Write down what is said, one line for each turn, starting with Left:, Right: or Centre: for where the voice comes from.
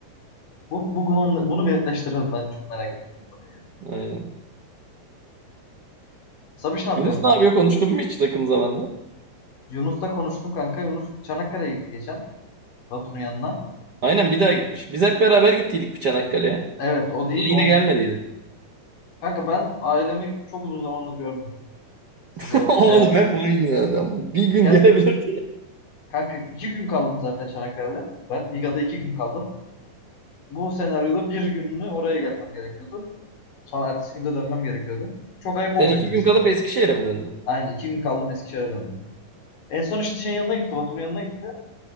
Left: Bu, bu bunu, bunu bir netleştirelim ben çok merak ettim bu konuyu. ya.
Right: <laughs> Aynen.
Left: Sabiş ne yapıyor?
Right: Yunus ne yapıyor? Konuştun mu hiç yakın zamanda?
Left: Yunus'la konuştum kanka. Yunus Çanakkale'ye gitti geçen. Batu'nun yanına.
Right: Aynen bir daha gitmiş. Biz hep beraber gittiydik bir Çanakkale'ye.
Left: Evet o değil.
Right: Sen
Left: On...
Right: Yine gelmediydin.
Left: Kanka ben ailemi çok uzun zamandır görmedim. Siz
Right: <laughs>
Left: o
Right: Oğlum
Left: seyahat...
Right: hep aynı adam. Bir gün
Left: Gel.
Right: gelebilirdi.
Left: Kanka iki gün kaldım zaten Çanakkale'de. Ben Biga'da iki gün kaldım. Bu senaryoda bir gününü oraya gelmem gerekiyordu. Sonra ertesi günde dönmem gerekiyordu. Çok ayıp
Right: Sen
Left: olacaktı
Right: iki gün
Left: bizim.
Right: kalıp Eskişehir'e mi döndün?
Left: Aynen iki gün kaldım Eskişehir'e döndüm. En son işte şeyin yanına gitti. Batu'nun yanına gitti.